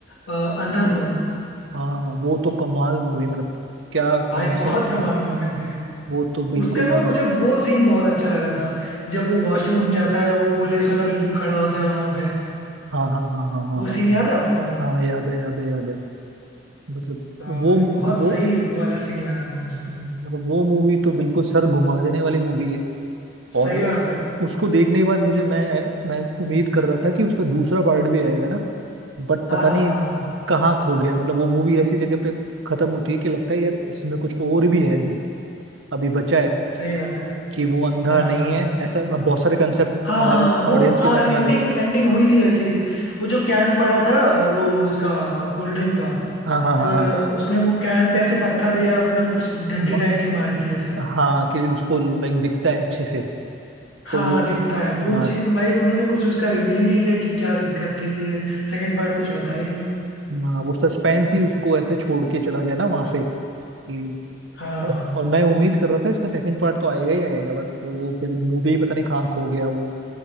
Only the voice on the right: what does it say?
हाँ वो तो कमाल मूवी मतलब क्या
कॉन्सेप्ट
है
वो तो बिल्कुल
मतलब
हाँ हाँ हाँ हाँ हाँ
हाँ हाँ
हाँ, याद है याद है याद है मतलब
वो
वो
मतलब वो मूवी तो बिल्कुल सर घुमा देने वाली मूवी है और
उसको देखने के बाद मुझे मैं मैं उम्मीद कर रहा था कि उसका दूसरा पार्ट भी आएगा ना बट
पता
नहीं
कहाँ खो गया मतलब वो मूवी ऐसी जगह पे खत्म होती है कि लगता है यार इसमें कुछ और भी है अभी अभी बचा है
कि वो अंधा
नहीं है ऐसा बहुत सारे कंसेप्ट
हमारे
ऑडियंस
के माइंड
में आ रहे थे
हाँ हाँ हाँ
हाँ
म,
हाँ कि उसको लाइक दिखता है अच्छे से
तो वो
हाँ
हाँ, वो सस्पेंस ही उसको ऐसे छोड़ के चला गया ना वहां से कि
औ-
और मैं उम्मीद कर रहा था इसका सेकंड पार्ट तो आएगा ही आएगा बट वो फिर मूवी ही पता नहीं कहाँ खो गया वो